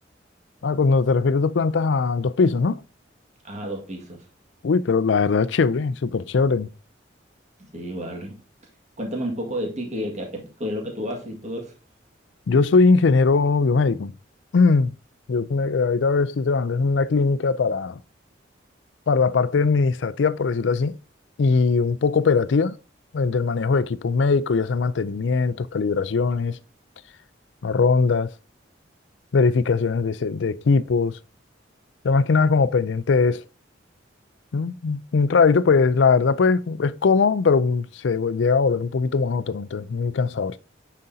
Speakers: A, on the left (about 70°); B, on the right (about 35°).
A: Ah, cuando te refieres dos plantas a dos pisos, ¿no?
B: Ah, dos pisos.
A: Uy, pero la verdad chévere, súper chévere.
B: Sí, vale. Cuéntame un poco de ti, qué, qué- qué- qué es lo que tú haces y todo eso.
A: Yo soy ingeniero biomédico. <clears throat> Yo me- ahorita estoy trabajando en una clínica para, para la parte administrativa, por decirlo así, y un poco operativa, eh, del manejo de equipos médicos, ya sea mantenimientos, calibraciones, rondas, verificaciones de, se- de equipos, ya más que nada como pendiente de eso. ¿no? Un un trabajito, pues la verdad, pues es cómodo, pero mm, se vu- llega a volver un poquito monótono, entonces muy cansador.